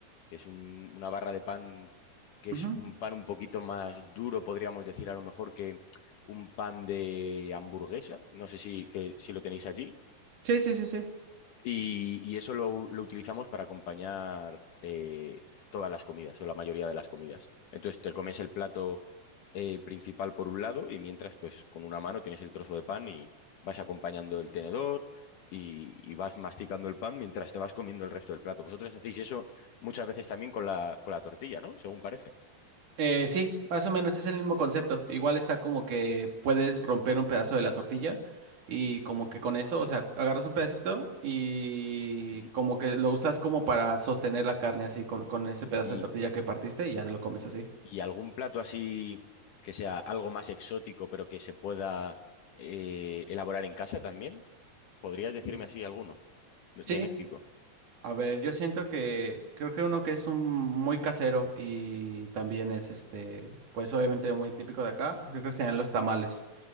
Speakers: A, on the left (about 65°); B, on the right (about 55°).
A: que es un- una barra de pan que es
B: Ujú.
A: un pan un poquito más duro, podríamos decir a lo mejor que un pan de hamburguesa. No sé si, que, si lo tenéis allí.
B: Sí, sí, sí, sí.
A: Y, y eso lo, lo utilizamos para acompañar eh, todas las comidas o la mayoría de las comidas. Entonces te comes el plato eh, principal por un lado y mientras pues con una mano tienes el trozo de pan y vas acompañando el tenedor y, y vas masticando el pan mientras te vas comiendo el resto del plato. Vosotros hacéis eso muchas veces también con la, con la tortilla, ¿no? Según parece.
B: Eh, sí, más o menos es el mismo concepto. Igual está como que puedes romper un pedazo de la tortilla y como que con eso, o sea, agarras un pedacito y
A: Sí.
B: como que lo usas como para sostener la carne así con, con ese pedazo
A: Y,
B: de tortilla que partiste y ya te
A: y-
B: lo comes así.
A: y algún plato así que sea algo más exótico pero que se pueda eh, elaborar en casa también? ¿Podrías decirme
B: Mm.
A: así alguno de, de
B: Sí,
A: México?
B: a ver, yo siento que creo que uno que es un muy casero y también es este, pues obviamente muy típico de acá, creo que serían los tamales.